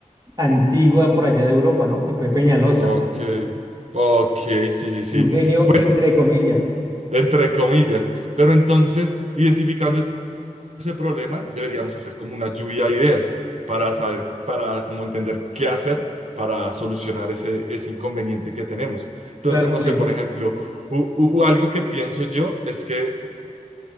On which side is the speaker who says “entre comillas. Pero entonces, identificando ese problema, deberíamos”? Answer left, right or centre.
Right